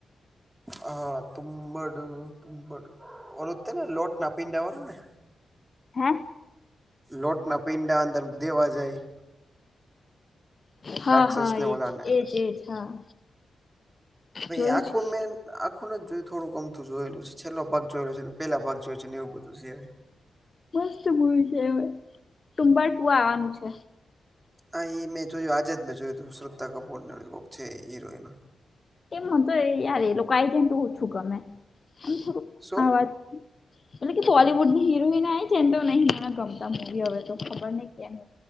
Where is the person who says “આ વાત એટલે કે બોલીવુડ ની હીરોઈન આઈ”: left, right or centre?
Left